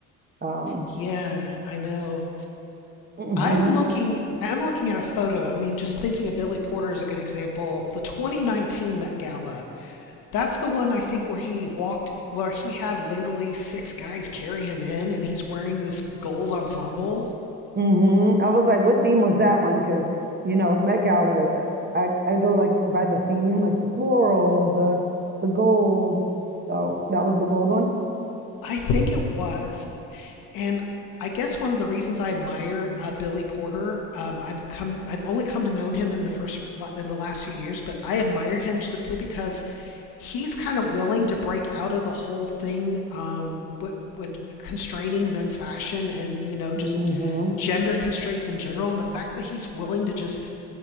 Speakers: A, on the right (about 25°); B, on the left (about 50°).
A: Um,
B: Yeah, I know.
A: mhm.
B: I'm looking I'm looking at a photo. I mean, just thinking of Billy Porter is a good example. The 2019 Met Gala, That's the one I think where he walked, where he had literally six guys carry him in, and he's wearing this gold ensemble.
A: hmm I was like, what theme was that one? Because, you know, Met Gala, I, I go like by the theme, like the floral, the the gold. So that was the gold one.
B: I think it was, and I guess one of the reasons I admire uh, Billy Porter, um, I've come, I've only come to know him in the first, in the last few years, but I admire him simply because he's kind of willing to break out of the whole thing um, with, with constraining men's fashion and you know just
A: hmm
B: gender constraints in general, and the fact that he's willing to just